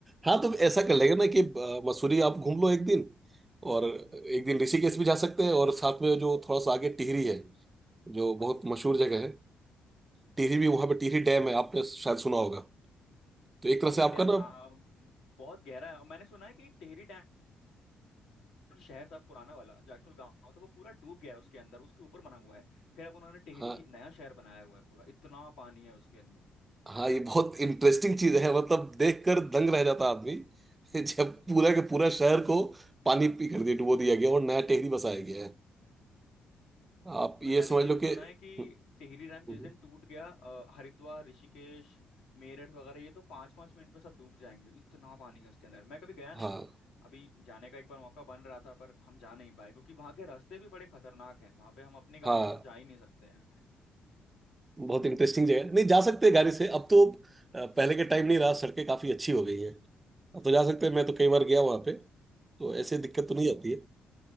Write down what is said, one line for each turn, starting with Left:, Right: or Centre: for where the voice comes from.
Right: हाँ तो ऐसा कर लेगा ना कि अ, मसूरी आप घूम लो एक दिन और एक दिन ऋषिकेश भी जा सकते हैं और साथ में जो थोड़ा सा आगे टिहरी है जो बहुत मशहूर जगह है टिहरी भी वहाँ पे टिहरी डैम है आपने शायद सुना होगा तो एक तरह से
Left: डैम
Right: आपका ना
Left: हाँ बहुत गहरा है और मैंने सुना है कि टेहरी डैम शहर था पुराना वाला जो एक्चुअल गांव था वो पूरा डूब गया है उसके अंदर उसके ऊपर बना हुआ है फिर अब उन्होंने टेहरी
Right: हाँ
Left: नया शहर बनाया हुआ है पूरा इतना पानी है उसके अंदर
Right: हाँ ये बहुत इंटरेस्टिंग चीज है मतलब देखकर दंग रह जाता आदमी <laughs> जब पूरा के पूरा शहर को पानी पी कर दिया डुबो दिया गया और नया टेहरी बसाया गया है आप
Left: इवन
Right: ये
Left: मैंने
Right: समझ
Left: ये
Right: लो
Left: भी सुना
Right: कि
Left: है कि
Right: हम्म,
Left: टिहरी डैम जिस
Right: हम्म,
Left: दिन टूट गया अ, हरिद्वार ऋषिकेश मेरठ वगैरह ये तो पाँच पाँच मिनट में सब डूब जाएंगे इतना पानी है उसके अंदर मैं कभी गया नहीं
Right: हाँ
Left: हूँ अभी जाने का एक बार मौका बन रहा था पर हम जा नहीं पाए क्योंकि वहाँ के रास्ते भी बड़े खतरनाक हैं वहाँ पे हम अपनी गाड़ी
Right: हाँ
Left: से तो जा ही नहीं सकते हैं।
Right: बहुत इंटरेस्टिंग जगह है। नहीं जा सकते हैं गाड़ी से अब तो अ, पहले के टाइम नहीं रहा सड़कें काफी अच्छी हो गई हैं अब तो जा सकते हैं मैं तो कई बार गया वहां पे तो ऐसे दिक्कत तो नहीं आती है